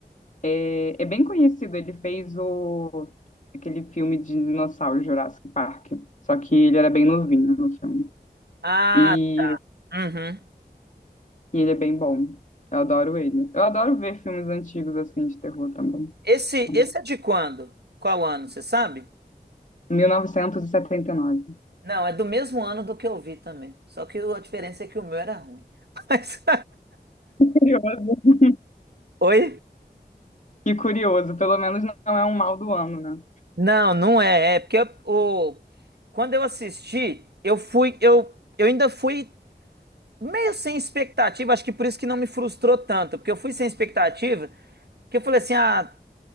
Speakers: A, on the left; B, on the right.
A: é, é bem conhecido, ele fez o aquele filme de dinossauro Jurassic Park, só que ele era bem novinho no filme.
B: Ah,
A: E
B: uhum.
A: E ele é bem bom. Eu adoro ele. Eu adoro ver filmes antigos assim de terror também.
B: Esse,
A: Então,
B: esse é de quando? Qual ano, você sabe?
A: 1979.
B: Não, é do mesmo ano do que eu vi também. Só que a diferença é que o meu era ruim. <laughs> Mas...
A: Curioso.
B: Oi?
A: Que curioso, pelo menos não é um mal do ano, né?
B: Não, não é. É porque eu- o... quando eu assisti, eu fui, eu, eu ainda fui meio sem expectativa, acho que por isso que não me frustrou tanto, porque eu fui sem expectativa, que eu falei assim, ah,